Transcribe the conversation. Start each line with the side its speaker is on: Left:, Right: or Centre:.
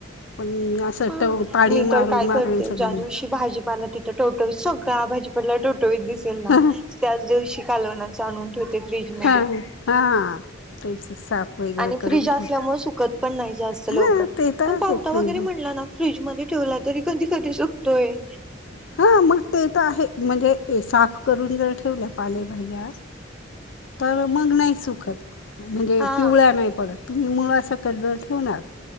Left: पण असं
Centre: हा
Left: टव पाणी
Centre: मी
Left: मारून
Centre: तर काय
Left: मारून
Centre: करते,
Left: सगळं
Centre: ज्या
Left: नि
Centre: दिवशी भाजीपाला तिथं टवटवीत सगळा भाजीपाला टवटवीत दिसेल ना,
Left: हां
Centre: त्याच दिवशी कालवनाच आणून ठेवते फ्रीजमध्ये.
Left: हा हा तेच. साफ वगैरे
Centre: आणि
Left: करून
Centre: फ्रीज असल्यामुळे
Left: ठेव
Centre: सुकत पण नाही जास्त लवकर.
Left: हां ते तर
Centre: पण
Left: आहे
Centre: पावटा
Left: फ्रीज
Centre: वगैरे म्हणला ना फ्रीजमध्ये ठेवला तरी कधी कधी सुुकतोय.
Left: हा मग ते तर आहे. म्हणजे साफ करून जर ठेवल्या पालेभाज्या तर मग नाही सुखत, म्हणजे
Centre: हा
Left: पिवळ्या नाही पडत. तुम्ही मुळासकट जर ठेवणार